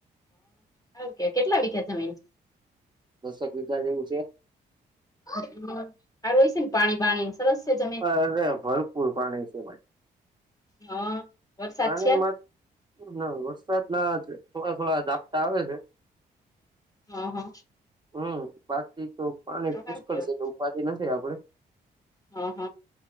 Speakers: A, on the left (about 15°); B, on the right (about 20°).
A: હ કે કેટલા વિઘા જમીન
B: દસેક વિઘા જેવું છે.
A: હ સારું હોય છે, ને પાણી બાણી સરસ સે જ
B: અરે ભયપૂર પાણી છે, ભાઈ
A: હા. વરસાદ
B: પાણીમાં
A: છે
B: ના વરસાદના થોડા થોડા ઝાપટા આવે છે.
A: હા હા.
B: હમ બાકી તો પાણી
A: તો
B: પુષ્કળ
A: સારું કેવાય
B: છે, એટલે ઉપાધી નથી આપડે
A: હ હ